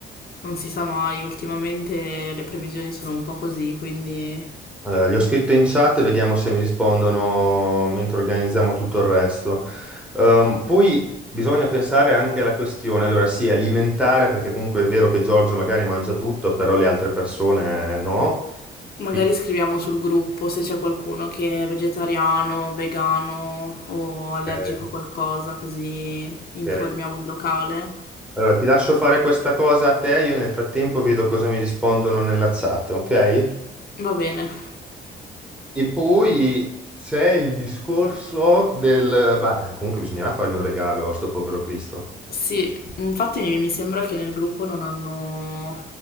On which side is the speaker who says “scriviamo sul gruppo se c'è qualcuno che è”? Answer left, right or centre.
Left